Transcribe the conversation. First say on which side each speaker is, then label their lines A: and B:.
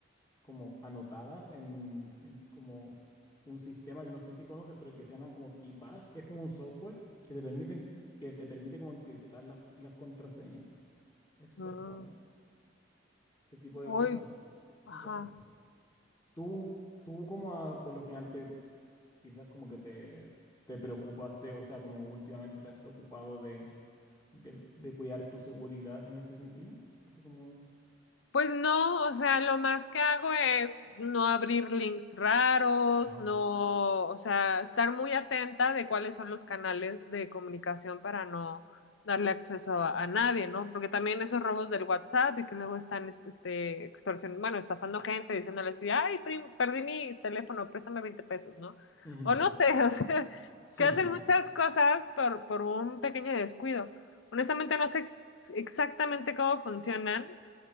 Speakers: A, on the left; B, on the left.
A: como anotadas en, en como un sistema que no sé si conoces, pero que se llama como KeePass, que es como un software que te permiten, que te permite como encriptar las, las contraseñas. Es súper
B: Mm.
A: bueno. Ese tipo de
B: Uy,
A: cosas.
B: ajá.
A: en verdad. Tú, tú como a- por lo general te, quizás como que te, te preocupas de, o sea, como últimamente te has preocupado de, de, de cuidar tu seguridad en ese sentido. Así como...
B: Pues no, o sea, lo más que hago es no abrir links raros,
A: Ajá.
B: no, o sea, estar muy atenta de cuáles son los canales de comunicación para no darle acceso a, a nadie, ¿no? Porque también esos robos del WhatsApp y que luego están este, este, extorsion, bueno, estafando gente, diciéndoles, así, ay, prim- perdí mi teléfono, préstame 20 pesos, ¿no?
A: Ujú.
B: O no sé, <laughs> o sea,
A: Sí,
B: que hacen
A: sí.
B: muchas cosas por, por un pequeño descuido. Honestamente no sé exactamente cómo funcionan.